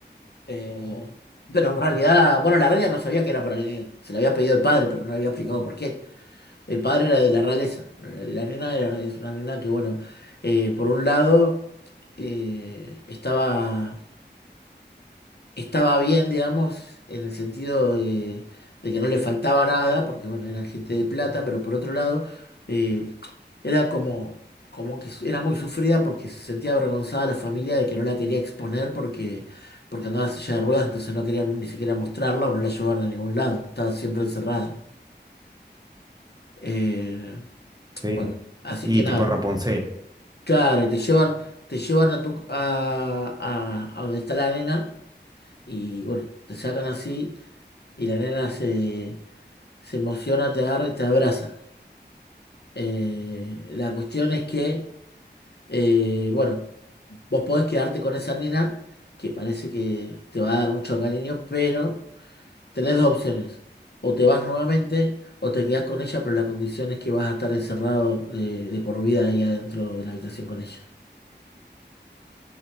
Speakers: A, on the left; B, on the right.
A: eh, pero en realidad, bueno, la reina no sabía que era para la nena. Se la había pedido el padre, pero no le había explicado por qué. El padre era de la realeza. La nena era, es una nena que, bueno, eh, por un lado eh, estaba, estaba bien, digamos, en el sentido de, de que no le faltaba nada, porque, bueno, era gente de plata, pero por otro lado eh, era como, como que su- era muy sufrida porque se sentía avergonzada la familia de que no la quería exponer porque, porque andaba en silla de ruedas, entonces no querían ni siquiera mostrarla o no la llevaban a ningún lado. Estaba siempre encerrada. Eh,
B: Sí.
A: bueno, así
B: Y
A: que nada.
B: tipo Rapunzel,
A: Claro, y te llevan, te llevan a tu a, a, a donde está la nena y bueno, te sacan así y la nena se, se emociona, te agarra y te abraza. Eh, la cuestión es que, eh, bueno, vos podés quedarte con esa nena que parece que te va a dar mucho cariño, pero tenés dos opciones. O te vas nuevamente o te quedás con ella, pero la condición es que vas a estar encerrado de, de por vida ahí adentro de la habitación con ella.